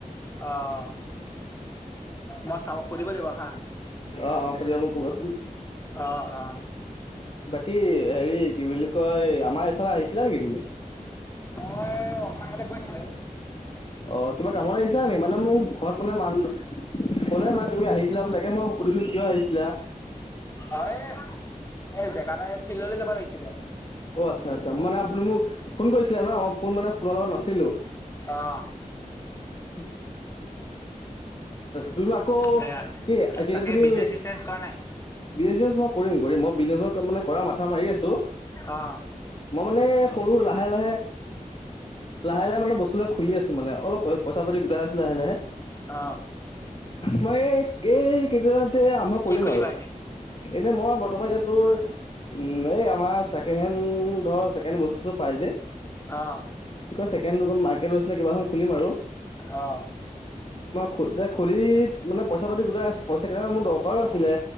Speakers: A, on the left; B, on the left.
A: অঁ মই চাৰক কৰিব লাগিব হা
B: অ অ সুধিবা মোক ক'বাচোন
A: অ অ
B: কি হেৰি কি বুলি কয় আমাৰ এইফালে আহিছিলা নেকি তুমি?
A: মই অকনমান আগতে গৈছিলো।
B: অ কিবা কামত আহিছিলা নেকি মানে মোৰ ঘৰত মানে মানুহ ক'লে মানে তুমি আহিছিলা বুলি তাকে মই সুধিলো কিয় আহিছিলা?
A: অ এ এই জেগাটা ফিল্ডলৈ যাব লাগিছিলে।
B: অ আচ্ছা আচ্ছা মানে আপুনি মোক ফোন কৰিছিলে ন মই ফোন মানে ফোনৰ লগত নাছিলো।
A: আহ
B: উ <unintelligible> দুই আকৌ
A: সেয়া
B: এইতিয়া
A: তাকে
B: তুমি
A: বিজনেচ চিজনেচ কৰা নাই
B: বিজনেছ মই কৰিম কৰিম মই বিজনেছ মানে কৰা মাথা মাৰি আছো
A: অ',
B: মই মানে সৰু লাহে লাহে লাহে লাহে মানে বস্তুবিলাক খুলি আছো মানে অলপ পইচা পাতি গোটাই আছো লাহে লাহে।
A: অ'।
B: মই এই কেই কেইদিনতে আৰম্ভ কৰিম
A: কি খুলিবা
B: আৰু
A: এনে
B: এনেই মই বৰ্তমান এতিয়া। তোৰ উম এই আমাৰ ছেকেণ্ড হেণ্ড ধৰ ছেকেণ্ড বস্তু চস্ত পাই যে।
A: অ',
B: চেকেণ্ড হেণ্ড মাৰ্কেট নিচিনা কিবা এখন খুলিম আৰু।
A: অ।
B: খুলোতে খুলি মানে পইচা পাতি গোটাই আছোঁ পইচা কেইটামান মোৰ দৰকাৰো আছিলে।